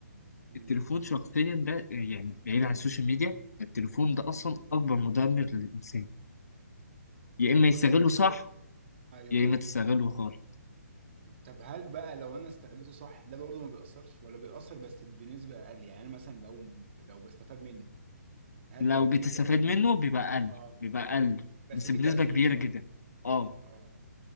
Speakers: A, on the right; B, on the left.
A: مم.
B: التليفون شخصيا ده يعني بعيد عن السوشيال ميديا التليفون ده أصلا أكبر مدمر للإنسان يا
A: من
B: إما
A: كتر
B: يستغله
A: ما تمسكه
B: صح
A: ايوه
B: يا إما تستغله خالص
A: طب هل بقى لو انا استغلته صح ده برضه ما بيأثرش ولا بيأثر بس بنسبه اقل يعني أنا مثلا لو لو بستفاد منه هل
B: لو
A: ده بيبقى
B: بتستفاد
A: ليه تأثير
B: منه بيبقى أقل
A: اه
B: بيبقى أقل
A: بس
B: بس
A: في
B: بنسبة
A: تأثير
B: كبيرة
A: برضه
B: جدا أه
A: اه